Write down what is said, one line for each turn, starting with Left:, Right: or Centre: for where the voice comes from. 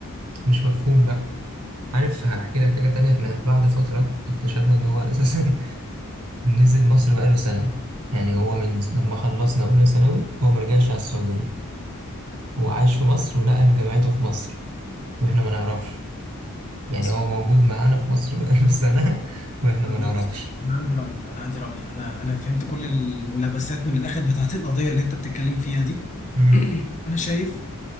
Right: مش مفهوم بقى عارف هحكي
Left: مم.
Right: لك حاجة تانية احنا بعد فترة اكتشفنا ان هو <laughs> اساسا نزل مصر بقاله سنة يعني هو من لما خلصنا اولى ثانوي هو مرجعش على السعودية هو عايش في مصر ونقل جامعته في مصر واحنا ما نعرفش يعني
Left: اصلا
Right: هو موجود معانا في مصر بقاله <laughs> سنة واحنا
Left: بص
Right: ما نعرفش
Left: انا عندي راي انا عندي راي انا انا فهمت كل الملابسات من الاخر بتاعت القضيه اللي انت بتتكلم فيها دي
Right: امم
Left: <clears throat> انا شايف